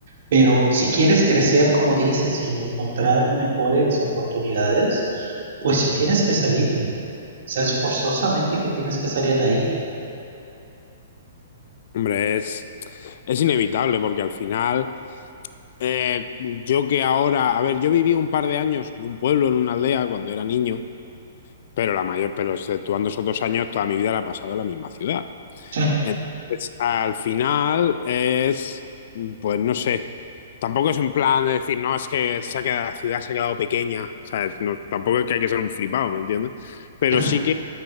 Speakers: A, on the right; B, on the left.
A: Pero si quieres crecer, como dices, y encontrar mejores oportunidades, pues sí tienes que salir. O sea, es forzosamente que tienes que salir de ahí.
B: hombre, es, es inevitable porque al final, eh, yo que ahora, a ver, yo viví un par de años en un pueblo, en una aldea, cuando era niño, pero la mayor, pero exceptuando esos dos años, toda mi vida la he pasado en la misma ciudad.
A: Sí,
B: Entonces, al final es, pues no sé, tampoco es un plan de decir, no, es que se ha quedado, la ciudad se ha quedado pequeña, ¿sabes? No, tampoco es que hay que ser un flipado, ¿me entiendes? Pero
A: <laughs>
B: sí